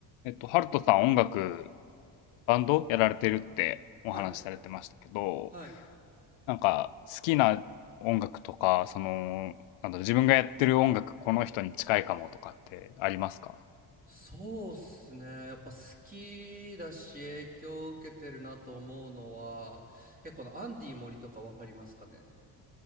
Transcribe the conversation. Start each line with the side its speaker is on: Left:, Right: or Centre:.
Left: えっと、ハルトさん音楽、バンドやられてるってお話しされてましたけど、
Right: はい、はい。
Left: なんか好きな音楽とか、その、なんだろう、自分がやってる音楽、この人に近いかもとかってありますか
Right: そうっすね。やっぱ好きだし影響を受けてるなと思うのは、結構あのアンディ森とかわかりますかね。